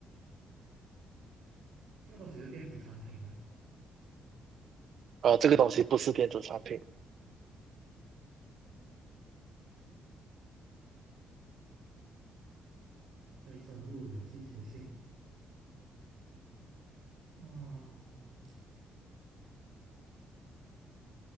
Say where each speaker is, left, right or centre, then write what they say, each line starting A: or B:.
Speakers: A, on the right (about 80°); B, on the right (about 60°).
A: 这个东西是电子产品吗？
B: 呃，这个东西不是电子产品。
A: 非生物有季节性。嗯